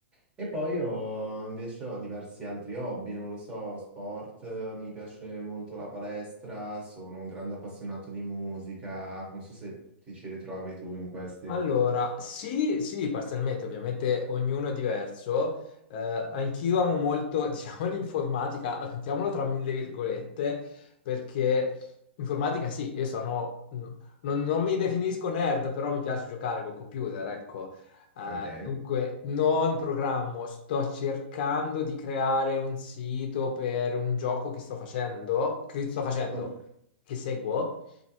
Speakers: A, on the right; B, on the left.
A: E poi io invece ho diversi altri hobby, non lo so, sport, eh, mi piace molto la palestra, sono un grande appassionato di musica, non so se ti ci ritrovi tu in questi.
B: Allora, sì, sì, parzialmente, ovviamente ognuno è diverso. Eh, anch'io amo molto, <laughs> diciamo, l'informatica, mettiamolo tra mille virgolette, perché informatica sì, io sono, mh, non, non mi definisco nerd, però mi piace giocare col computer, ecco. Eh,
A: Ok,
B: dunque, non programmo, sto cercando di creare un sito per un gioco che sto facendo, che sto facendo,
A: ok.
B: che seguo.